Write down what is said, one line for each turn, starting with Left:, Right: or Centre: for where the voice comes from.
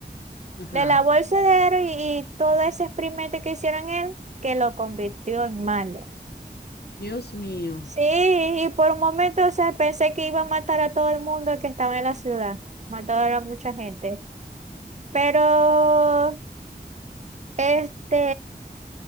Left: Ajá.
Right: Le lavó el cerebro y, y todo ese experimento que hicieron él, que lo convirtió en malo.
Left: Dios mío.
Right: Sí, y por un momento, o sea, pensé que iba a matar a todo el mundo que estaba en la ciudad. Mató a mucha gente. Pero, este,